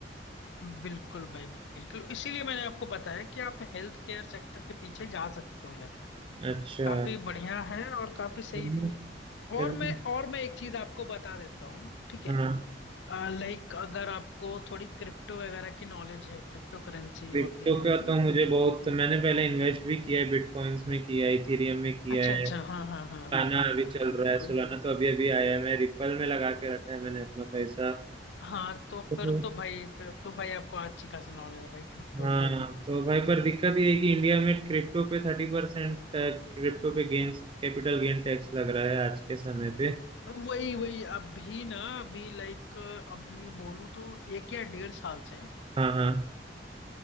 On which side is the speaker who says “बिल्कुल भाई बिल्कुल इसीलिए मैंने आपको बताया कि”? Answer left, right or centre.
Left